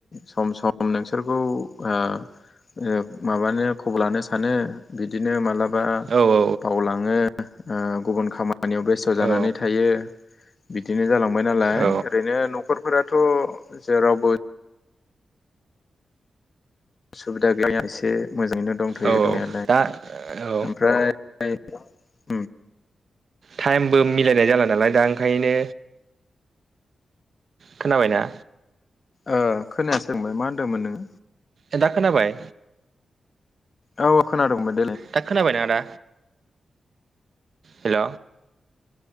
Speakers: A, on the left (about 50°); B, on the right (about 65°).
A: सम सम नोंसोरखौ ओ-ओ माबानो खबर लानो सानो बिदिनो मालाब बा
B: औ औ
A: बावलाङो ओ गुबुन खामानि खा खामानियाव बेस्थ' जानानै
B: औ
A: थायो। बिदिनो जालांबाय नालाय
B: औ
A: ओरैनो न'खरफोरा थ' जेरावबो उसुबिदा गैया एसे। मोजाङैनो दंथ'यो
B: औ
A: दंनायालाय
B: दा औ
A: ओमफ्राय <unintelligible>
B: टाइमबो मिलायनाय जाला नालाय दा ओंखायनो। खोनाबायना?
A: ओ खोनाया सोंमोन मा होनदोंमोन नोङो?
B: ए दा खोनाबाय?
A: औ अ खोनादोंमोन।
B: दा खोनाबाय न आदा। हेल'।